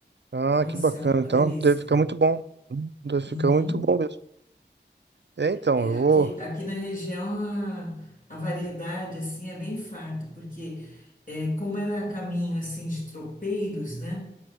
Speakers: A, on the right (about 70°); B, on the left (about 45°).
A: Ah,
B: Nossa,
A: que bacana.
B: é uma delícia.
A: Então, deve ficar muito bom. Hum, Deve
B: Uhum.
A: ficar muito bom mesmo. É, então,
B: É,
A: eu
B: aqui,
A: vou,
B: aqui na região a, a variedade, assim, é bem farta, porque é, como era caminho, assim, de tropeiros, né?